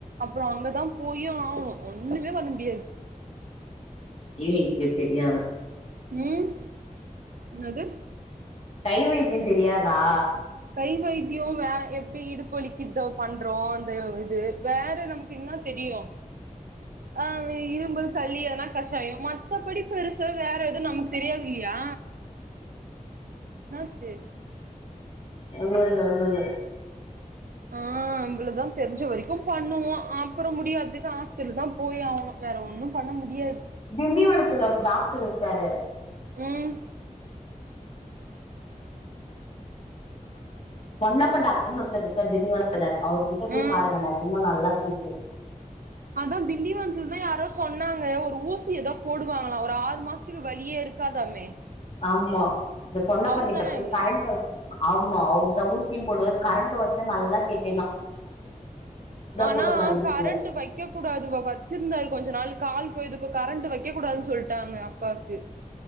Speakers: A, on the right; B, on the left.
A: அப்றோ அங்கதா போயே ஆவ்னு ஒண்ணுமே பண்ண முடியாது
B: ஏ வைத்தியோ தெரியா
A: ம் என்னது
B: கை வைத்தியோ தெரியாதா
A: கை வைத்தியோ வே எப்டி இடுப்புவலிக்கு இதோ பண்றோ அந்த இது வேற நமக்கு இன்னா தெரியு
B: <inaudible>
A: ஆ இரும்பல் சளி எதனா கஷாயோ மத்தபடி பெரு சா வேற எது நம்க்கு தெரியாதில்லயா இன்னாச்சு
B: ஒண்ணுல்ல ஒண்ணுல்ல
A: ஆ அவ்ளோ தா தெரிஞ்ச வரைக்கு பண்ணுவோ அப்றோ முடியாதுக்கு ஆஸ்பிட்டலு தா போய் ஆவுனு வேற ஒண்ணு பண்ண முடியாது
B: திண்டிவனத்துல ஒரு டாக்ட்ரு இருக்காரு
A: ம்
B: பொன்னப்பன் டாக்ருனு ஒருத்தர்ருக்காரு திண்டிவனத்துல அவுர் கிட்ட போய்
A: ம்
B: பாருங்க நெஜமா நல்லா கே
A: அதா திண்டிவனத்துலதா யாரோ சொன்னாங்க ஒரு ஊசி எதோ போடுவாங்களா ஒரு ஆறு மாஸ் துக்கு வலியே இருக்காதாமே
B: ஆம்மா இந்த சொன்ன
A: அவரு
B: பண்ணிட்ட
A: தான
B: போய்
A: இவரு
B: கரண்ட வச்சு ஆமா அவுர் தா ஊசியு போடுவரு கரண்ட் வச்சா நல்லா கேக்
A: ஆனா
B: போட்டுருந்தாங்க இடுப்பு
A: கரண்ட் வக்க கூடாது வச்சிருந்தா கொஞ்ச நாள் கால் இப்ப இதுக்கு கரண்ட் வக்க கூடாதுன் சொல்ட்டாங்க அப்பாக்கு